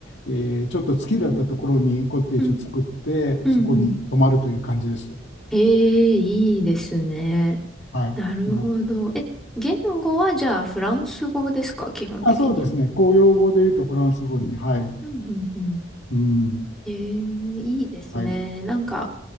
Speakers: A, on the left; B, in the centre.
A: えーちょっと月だったところにコテージを作って、
B: うん、うん、
A: そこに泊まるという感じです。
B: うん。ええ、いいですね。
A: はい。
B: なるほど。
A: うん
B: え、言語はじゃあフランス語ですか基本的に。
A: あ、そうですね。公用語で言うとフランス語に。はい。
B: うんうんうん
A: うん。
B: ええいいですね。
A: はい。
B: なんか、